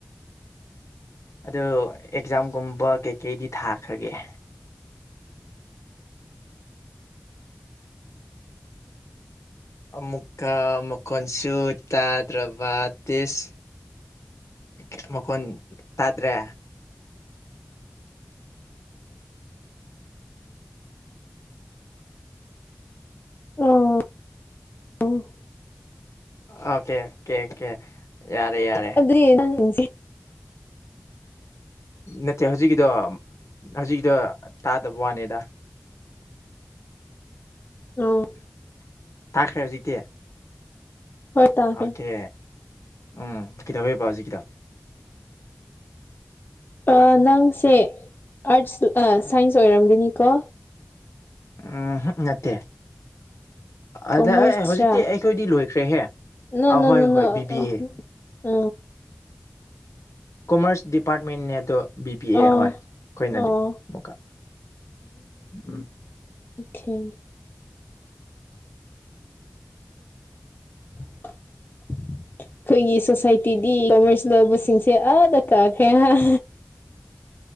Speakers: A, on the left; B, on the left.
A: ꯑꯗꯨ ꯑꯦꯛꯖꯥꯝꯒꯨꯝꯕ ꯀꯩꯀꯩꯗꯤ ꯊꯥꯈ꯭ꯔꯒꯦ꯫ ꯑꯃꯨꯛꯀ ꯃꯈꯣꯟꯁꯨ ꯇꯥꯗ꯭ꯔꯕ ꯇꯤꯁ ꯀꯦꯝ ꯃꯈꯣꯟ ꯇꯥꯗ꯭ꯔꯦ꯫
B: ꯎꯝ ꯑꯣ꯫
A: ꯑ ꯀꯩ ꯀꯦ ꯀꯦ ꯌꯥꯔꯦ ꯌꯥꯔꯦ꯫
B: ꯑꯗꯨꯗꯤ ꯅꯪ ꯍꯧꯖꯤꯛ꯫
A: ꯅꯠꯇꯦ ꯍꯧꯖꯤꯛꯀꯤꯗꯣ ꯍꯧꯖꯤꯛꯀꯤꯗꯣ ꯇꯥꯗꯕ ꯋꯥꯅꯤꯗ꯫
B: ꯑꯣ꯫
A: ꯇꯈ꯭ꯔꯦ ꯍꯧꯖꯤꯛꯇꯤ꯫
B: ꯍꯣꯏ ꯇꯥꯒꯦ
A: ꯑꯣꯀꯦ ꯎꯝ ꯀꯩꯗꯧꯋꯦꯕꯣ ꯍꯧꯖꯤꯛꯀꯤꯗꯣ꯫
B: ꯑꯥ ꯅꯪꯁꯦ ꯑꯥꯔꯠꯁ ꯁꯥꯏꯟꯁ ꯑꯣꯏꯔꯝꯒꯅꯤꯀꯣ꯫
A: ꯎꯝ ꯍꯨꯝ ꯅꯠꯇꯦ
B: ꯀꯣꯃꯔꯁꯔꯥ
A: ꯑꯗ ꯑꯦ ꯍꯧꯖꯤꯛꯇꯤ ꯑꯩꯈꯣꯏꯗꯤ ꯂꯣꯏꯈ꯭ꯔꯦꯍꯦ꯫
B: ꯅꯣ
A: ꯑꯍꯣꯏ
B: ꯅꯣ ꯅꯣ
A: ꯍꯣꯏ
B: ꯑꯣ
A: ꯕꯤ ꯕꯤ ꯑꯦ
B: ꯑ꯫
A: ꯀꯣꯃꯔꯁ ꯗꯤꯄꯥꯔꯠꯃꯦꯟꯅꯦ ꯑꯗꯣ꯫ ꯕꯤ ꯄꯤ ꯑꯦ
B: ꯑꯣ
A: ꯍꯣꯏ ꯑꯩꯈꯣꯏꯅꯗꯤ
B: ꯑꯣ
A: ꯑꯃꯨꯛꯀ ꯎꯝ꯫
B: ꯑꯣꯀꯦ꯫ <inaudible> <inaudible> ꯑꯩꯈꯣꯏꯒꯤ ꯁꯣꯁꯥꯏꯇꯤꯗꯤ ꯀꯣꯃꯔꯁ ꯂꯧꯕꯁꯤꯡꯁꯦ ꯑꯥꯗ ꯀꯥꯈ꯭ꯔꯦ ꯍꯥꯏ꯫